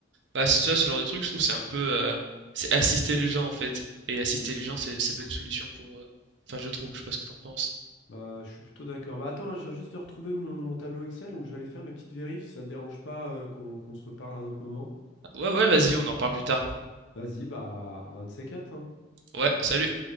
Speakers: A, on the right (about 65°); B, on the left (about 70°).
A: bah c'est- tu vois, ce genre de truc, je trouve, c'est un peu, euh, c'est assister les gens en fait. Et assister
B: Hmm.
A: les gens, c'est c'est pas une solution pour, euh, enfin je trouve. Je sais pas ce que t'en penses.
B: Bah je suis plutôt d'accord. Bah attends, là, je viens juste de retrouver mon, mon tableau Excel, donc je vais aller faire mes petites vérifs si ça te dérange pas euh, qu'on qu'on se reparle à un autre moment.
A: Ah, Ouais ouais, vas-y, on en parle plus tard.
B: Vas-y, bah à un de ces quatre, hein.
A: Ouais, salut.